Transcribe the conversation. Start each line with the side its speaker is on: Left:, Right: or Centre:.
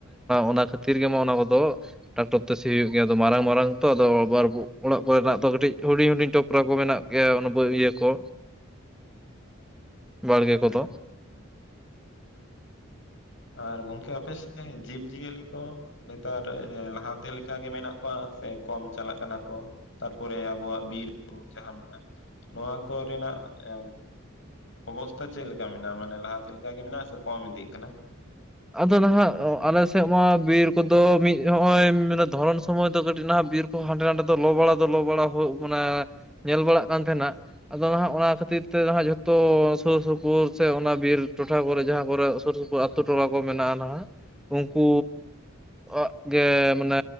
Centre: ᱚᱱᱟ ᱠᱷᱟᱹᱛᱤᱨ ᱜᱮᱢᱟ ᱚᱱᱟ ᱠᱚᱫᱚ ᱴᱟᱠᱴᱚᱨ ᱛᱮ ᱥᱤ ᱦᱩᱭᱩᱜ ᱜᱮᱭᱟ ᱟᱫᱚ ᱢᱟᱨᱟᱝ ᱢᱟᱨᱟᱝᱼᱼ ᱛᱚ ᱟᱫᱚ ᱵᱟᱨ ᱚᱲᱟᱜ ᱠᱚᱨᱮᱱᱟᱜ ᱫᱚ ᱠᱟᱹᱴᱤᱡ ᱦᱩᱰᱤᱧ ᱦᱩᱰᱤᱧ ᱴᱚᱯᱨᱟ ᱠᱚ ᱢᱮᱱᱟᱜ ᱜᱮᱭᱟ ᱚᱱᱟ ᱤᱭᱟᱹ ᱠᱚ᱾ ᱵᱟᱲᱜᱮ
Left: ᱦᱮᱸ
Centre: ᱠᱚᱫᱚ᱾
Left: ᱟᱨ ᱜᱚᱝᱠᱮ ᱟᱯᱮ ᱥᱮᱫ ᱡᱤᱵ ᱡᱤᱭᱟᱹᱞᱤ ᱠᱚᱼᱼ ᱱᱮᱛᱟᱨ, ᱮ ᱞᱟᱦᱟᱛᱮ ᱞᱮᱠᱟ ᱜᱮ ᱢᱮᱱᱟᱜ ᱠᱚᱣᱟ ᱥᱮ ᱠᱚᱢ ᱪᱟᱞᱟᱜ ᱠᱟᱱᱟ ᱠᱚ? ᱛᱟᱨᱯᱚᱨᱮ ᱟᱵᱚᱣᱟᱜ ᱵᱤᱨᱵᱩᱨᱩ ᱡᱟᱦᱟᱸ ᱢᱮᱱᱟᱜᱼᱟ ᱱᱚᱣᱟ ᱠᱚᱨᱮᱱᱟᱜ ᱮ ᱚᱵᱚᱥᱛᱟ ᱪᱮᱫ ᱞᱮᱠᱟ ᱢᱮᱱᱟᱜᱼᱟ ᱢᱟᱱᱮ ᱞᱟᱦᱟ ᱛᱮ ᱞᱮᱠᱟ ᱜᱮ ᱢᱮᱱᱟᱜᱼᱟ ᱥᱮ ᱠᱚᱢ ᱤᱫᱤᱜ ᱠᱟᱱᱟ?
Centre: ᱟᱫᱚ ᱱᱟᱦᱟᱸᱜ ᱟᱞᱮ ᱥᱮᱫ ᱢᱟ ᱵᱤᱨ ᱠᱚᱫᱚ ᱢᱤᱫ ᱱᱚᱜᱼᱚᱭ ᱢᱟᱱᱮ ᱫᱷᱚᱨᱚᱱ ᱥᱚᱢᱚᱭ ᱫᱚ ᱠᱟᱹᱴᱤᱡ ᱱᱟᱦᱟᱸᱜ ᱵᱤᱨ ᱦᱟᱸᱰᱮ ᱱᱟᱰᱮ ᱫᱚ ᱞᱚ ᱵᱟᱲᱟ ᱫᱚ ᱞᱚ ᱵᱟᱲᱟ ᱦᱳᱭᱳᱜ ᱠᱟᱱᱟ ᱧᱮᱞ ᱵᱟᱲᱟᱜ ᱠᱟᱱ ᱛᱟᱦᱮᱱᱟ ᱾ ᱟᱫᱚ ᱱᱟᱦᱟᱸᱜ ᱚᱱᱟ ᱠᱷᱟᱹᱛᱤᱨ ᱛᱮ ᱱᱟᱟᱜ ᱡᱚᱛᱚ ᱥᱩᱨ ᱥᱩᱯᱩᱨ ᱥᱮ ᱚᱱᱟ ᱵᱤᱨ ᱴᱚᱴᱷᱟ ᱠᱚᱨᱮ ᱡᱟᱦᱟᱸ ᱠᱚᱨᱮ ᱥᱩᱨ ᱥᱳᱯᱳᱨ ᱟᱛᱩ ᱴᱚᱞᱟ ᱠᱚ ᱢᱮᱱᱟᱜᱼᱟ ᱱᱟᱦᱟᱸᱜ ᱩᱱᱠᱩ ᱚᱜ ᱜᱮ, ᱢᱟᱱᱮ